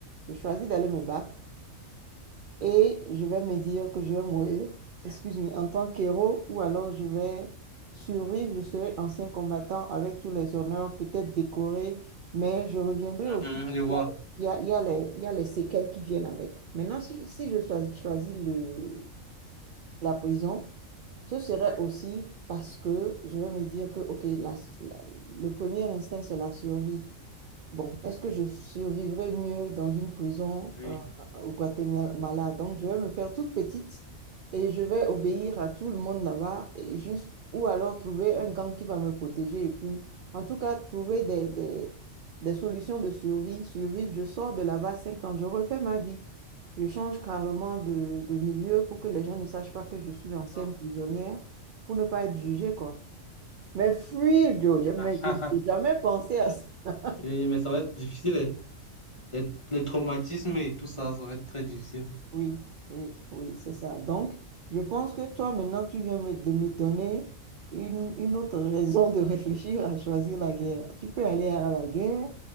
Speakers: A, on the right (about 70°); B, on the left (about 25°).
A: Je choisis d'aller me battre et je vais me dire que je vais mourir, excuse-moi, en tant qu'héros, ou alors je vais survivre, je serai ancien combattant avec tous les honneurs, peut-être décoré, mais je reviendrai
B: Mhm,
A: aussi.
B: je vois.
A: Il y a, il y a les, il y a les séquelles qui viennent avec. Maintenant, si, si je choisis, choisis le, la prison, ce serait aussi parce que je vais me dire que, OK, la- la- le premier instinct, c'est la survie. Bon, est-ce que je survivrai mieux dans une prison
B: Oui.
A: euh, au Guatemala? Donc, je vais me faire toute petite et je vais obéir à tout le monde là-bas et juste ou alors trouver un gang qui va me protéger et puis, en tout cas, trouver des, des, des solutions de survie, survivre. Je sors de là-bas cinq ans, je refais ma vie. Je change carrément de, de milieu pour que les gens ne sachent pas que je suis l'ancienne
B: Et-
A: prisonnière pour ne pas être jugée, quoi. Mais fuir, Joe, je n'ai
B: <laughs>
A: jamais pensé à ça.
B: mais ça va être difficile. hein. Les, les traumatismes et tout ça, ça va être très difficile.
A: Oui, oui, oui, c'est ça. Donc, je pense que toi, maintenant, tu viens me- de me donner une, une autre raison de réfléchir à choisir la guerre. Tu peux aller à la guerre